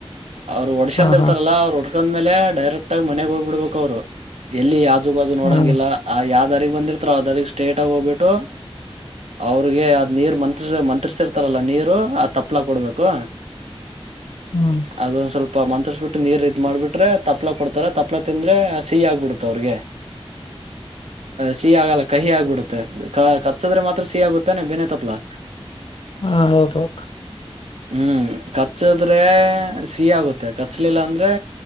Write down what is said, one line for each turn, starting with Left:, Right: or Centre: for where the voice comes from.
Right: ಅವ್ರು ಒಡಸಂದ್
Left: ಹ್ಮ್
Right: ಇರ್ತಾರಲ್ಲ ಅವ್ರು ಒಡ್ಕಂದ ಮೇಲೆ ಡೈರೆಕ್ಟ್ ಆಗ ಮನೆಗ್ ಹೋಗ್ಬ ಬಿಡ್ಬೇಕು ಅವ್ರು ಎಲ್ಲಿ ಯಾವ ಆಜು ಬಾಜು ನೋಡಂಗಿಲ್ಲ
Left: ಹ್ಮ್ ಹ್ಮ್
Right: ಆ ಯಾವ ದಾರಿಗಿ ಬಂದಿರ್ತೋ ಅವ ದಾರಿಗಿ ಸ್ಟೇಟ್ ಆಗಿ ಹೋಗ್ಬಿಟ್ಟು, ಅವ್ರಿಗೆ ಅದ್ ನೀರು ಮಂತ್ರಸ ಮಂತ್ರಸರ್ತಾರಲ್ಲ ನೀರು ಆ ತಪ್ಲ ಕೊಡ್ಬೇಕು.
Left: ಹ್ಮ್
Right: ಅದೊಂದು ಸ್ವಲ್ಪ. ಮಂತ್ರಿಸ್ಬಿಟ್ಟು ನೀರು ಇದ್ ಮಾಡ್ಬಿಟ್ರೆ ತಪ್ಪಲಾ ಕೊಡ್ತಾರ ತಪ್ಪಪ್ಲಾ ತಿಂದ್ರೆ ಸಿ ಆಗ್ಬಿಡತೆ ಅವ್ರಿಗೆ. ಸಿಹಿ ಆಗಲ್ಲ, ಕಹಿ ಆಗ್ಬಿಡುತ್ತೆ ಕಚ್ಚದ್ರೆ ಮಾತ್ರ ಸಿಹಿ ಆಗುತ್ತಾನೆ ಬೇನೆ ತಪ್ಲಾ.
Left: ಹ ಹೌದು.
Right: ಹ್ಮ್ ಕಚ್ಚದ್ರೆ ಸಿಹಿ ಆಗುತ್ತೆ. ಕಚ್ಲಿಲ್ಲ ಅಂದ್ರೆ,